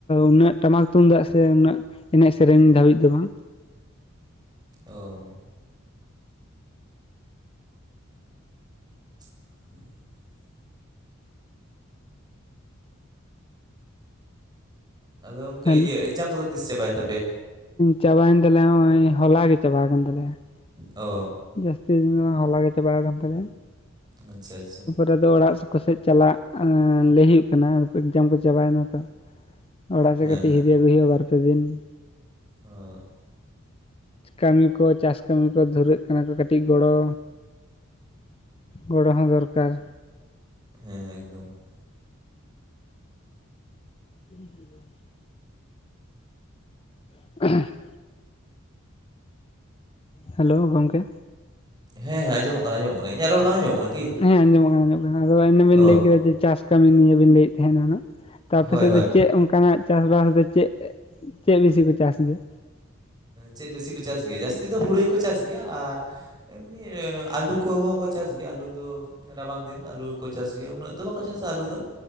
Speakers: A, on the left; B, on the right.
A: ᱩᱱᱟᱹᱜ ᱴᱟᱢᱟᱠ ᱛᱩᱢᱫᱟᱜ ᱛᱮ ᱩᱱᱟᱹᱜ ᱮᱱᱮᱡ ᱥᱮᱨᱮᱧ ᱫᱷᱟᱹᱵᱤᱡ ᱫᱚ ᱵᱟᱝ᱾
B: ᱚᱻ <inaudible> ᱟᱫᱚ ᱜᱚᱢᱠᱮ
A: ᱦᱮᱞᱳ
B: ᱤᱭᱟᱹ ᱮᱠᱡᱟᱢ ᱠᱚᱫᱚ ᱛᱤᱥ ᱪᱟᱵᱟᱭᱮᱱ ᱛᱟᱯᱮᱭᱟ?
A: ᱪᱟᱵᱟᱭᱮᱱ ᱛᱟᱞᱮᱭᱟ ᱦᱚᱜ-ᱚᱸᱭ ᱦᱚᱞᱟ ᱜᱮ ᱪᱟᱵᱟ ᱠᱟᱱ ᱛᱟᱞᱮᱭᱟ ᱾
B: ᱚ ᱾
A: ᱡᱟᱹᱥᱛᱤ ᱫᱤᱱ ᱫᱚ ᱵᱟᱝ, ᱦᱚᱞᱟ ᱜᱮ ᱪᱟᱵᱟ ᱠᱟᱱ ᱛᱟᱞᱮᱭᱟ ᱾
B: ᱟᱪᱪᱷᱟ ᱟᱪᱪᱷᱟ ᱾
A: ᱨᱮᱫᱚ ᱚᱲᱟᱜ ᱠᱚᱥᱮᱫ ᱪᱟᱞᱟᱜ ᱞᱟᱹᱭ ᱦᱩᱭᱩᱜ ᱠᱟᱱᱟ ᱮᱠᱡᱟᱢ ᱠᱚ ᱪᱟᱵᱟᱭ‌ ᱱᱟ ᱛᱚ ᱾ ᱚᱲᱟᱜ ᱥᱮᱫ
B: ᱦᱮᱸ
A: ᱠᱟᱹᱴᱤᱡ ᱦᱤᱨᱤ ᱟᱹᱜᱩᱭ ᱦᱩᱭᱩᱜᱼᱟ ᱵᱟᱨᱯᱮ ᱫᱤᱱ ᱾
B: ᱚᱻ ᱾
A: ᱠᱟᱹᱢᱤ ᱠᱚ, ᱪᱟᱥ ᱠᱟᱹᱢᱤ ᱠᱚ ᱫᱷᱩᱨᱟᱹᱜ ᱠᱟᱱᱟ ᱠᱚ, ᱠᱟᱹᱴᱤᱡ ᱜᱚᱲᱚ ᱜᱚᱲᱚ ᱦᱚᱸ ᱫᱚᱨᱠᱟᱨ ᱾
B: ᱦᱮᱸ ᱮᱠᱫᱚᱢ ᱾
A: <unintelligible> <inaudible> ᱦᱮᱞᱳ ᱜᱚᱝᱠᱮ ᱾
B: ᱦᱮᱸ ᱦᱮᱸ ᱟᱸᱡᱚᱢᱚᱜ ᱠᱟᱱᱟ ᱟᱡᱸᱚᱢ ᱠᱟᱱᱟ, ᱤᱧᱟᱹᱜ ᱨᱚᱲ ᱵᱟᱝ ᱟᱸᱚᱢᱚᱜ ᱠᱟᱱᱟ? ᱠᱤ
A: ᱦᱮᱸ ᱟᱸᱡᱚᱢᱚᱜ ᱠᱟᱱᱟ ᱟᱸᱡᱚᱢᱚᱜ ᱠᱟᱱᱟ ᱟᱫᱚ ᱤᱱᱟᱹ ᱵᱤᱱ
B: ᱚ
A: ᱞᱟᱹᱭ ᱠᱮᱫᱟ ᱡᱮ ᱪᱟᱥ ᱠᱟᱹᱢᱤ ᱱᱤᱭᱮ ᱵᱤᱱ ᱞᱟᱹᱭ ᱮᱫ ᱛᱟᱦᱮᱸᱱᱟ ᱦᱟᱸᱜ ᱾ ᱛᱚ ᱟᱯᱮᱥᱮᱫ
B: ᱦᱳᱭ ᱦᱳᱭ
A: ᱫᱚ ᱪᱮᱫ ᱚᱱᱠᱟᱱᱟᱜ ᱪᱟᱥᱵᱟᱥ ᱫᱚ ᱪᱮᱫ, ᱪᱮᱫ ᱵᱤᱥᱤ ᱠᱚ ᱪᱟᱥ ᱜᱮᱭᱟ?
B: ᱪᱮᱫ ᱵᱮᱥᱤ ᱠᱚ ᱪᱟᱥ ᱜᱮᱭᱟ, ᱡᱟᱹᱥᱛᱤ ᱫᱚ ᱦᱩᱬᱩ ᱜᱮᱠᱚ ᱪᱟᱥ ᱜᱮᱭᱟ ᱾ ᱟᱨ ᱮᱢᱱᱤ ᱟᱹᱞᱩ ᱠᱚᱦᱚᱸ ᱠᱚ ᱪᱟᱥ ᱜᱮᱭᱟ, ᱟᱹᱞᱩ ᱫᱚ ᱨᱟᱵᱟᱝ ᱫᱤᱱ ᱟᱹᱞᱩ ᱠᱚ ᱪᱟᱥ ᱜᱮᱭᱟ, ᱩᱱᱟᱹᱜ ᱫᱚ ᱵᱟᱠᱚ ᱪᱟᱥᱟ ᱟᱹᱞᱩ ᱫᱚ ᱾